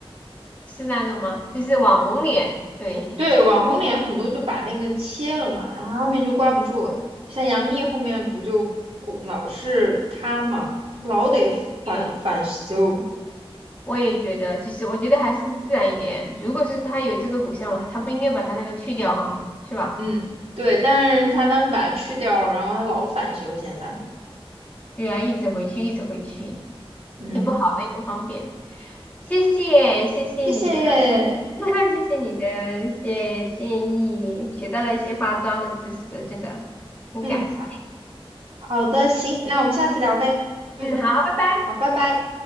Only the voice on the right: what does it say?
对，网红脸很多就把那个切了嘛，然后后面就挂不住。像杨幂后面不就骨老是塌嘛，老得反反修。
嗯，对，但是他当时把它去掉了，然后他老返修现在。
嗯，
谢谢。
嗯，好的，行，那我们下次聊呗。嗯，
好，拜拜。